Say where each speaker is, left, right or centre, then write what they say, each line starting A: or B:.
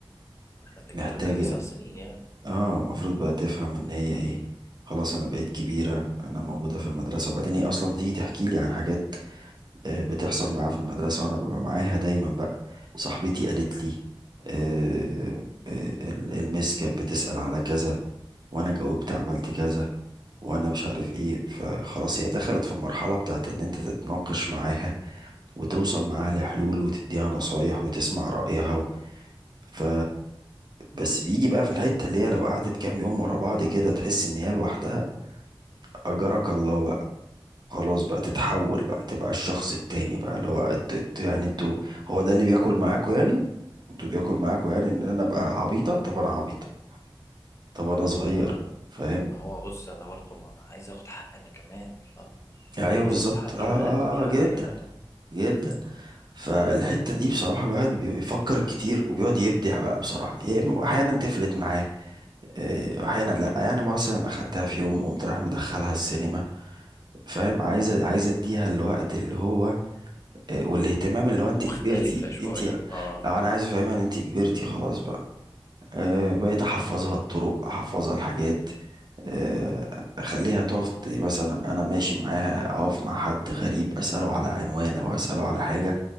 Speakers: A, on the left; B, on the right.
A: احنا بنتكلم
B: محتاجة
A: في تسع سنين يعني
B: اه المفروض بقى تفهم ان هي ايه خلاص انا بقيت كبيرة انا موجودة في المدرسة وبعدين هي اصلا بتيجي تحكي لي عن حاجات آه، بتحصل معايا في المدرسة وأنا ببقى معاها دايما بقى صاحبتي قالت لي آه، آه، ال- المس كانت بتسأل على كذا وأنا جاوبت عملت كذا وأنا مش عارف إيه فخلاص هي دخلت في المرحلة بتاعت إن أنت تتناقش معاها وتوصل معاها لحلول وتديها نصايح وتسمع رأيها و... ف بس بيجي بقى في الحتة اللي هي لو قعدت كام يوم ورا بعض كده تحس إن هي لوحدها أجرك الله خلاص بقى تتحول بقى تبقى الشخص التاني بقى اللي هو انت انت- يعني انتوا هو ده اللي بياكل معاكوا يعني انتوا بياكل
A: مم.
B: معاكوا يعني ان انا ابقى عبيطة طب انا عبيطة طب انا
A: ما
B: صغير
A: هو
B: فاهم
A: ما هو بص انا برضو ما انا عايز اخد حق انا كمان الله
B: ايوه
A: عايز
B: بالظبط
A: اخد حقي
B: اه اه
A: بقى ادوني حق
B: آه، جدا
A: يا جماعه
B: جدا فالحتة دي بصراحة الواحد بي- بيفكر كتير وبيقعد يبدع بقى بصراحة يا اما واحيانا تفلت معاه آه، واحيانا لا يعني مثلا اخدتها في يوم قمت رايح مدخلها السينما فاهم عايزة عايزة اديها الوقت اللي هو آه، والاهتمام اللي هو انت
A: مختلفه
B: كبرتي
A: شويه
B: انت آه،
A: اه
B: انا عايز افهمها ان انت كبرتي خلاص بقى آه، بقيت احفظها الطرق احفظها الحاجات آه، اخليها تقف ت- مثلا أبقى انا ماشي معاها اقف مع حد غريب اساله على عنوان او اساله على حاجه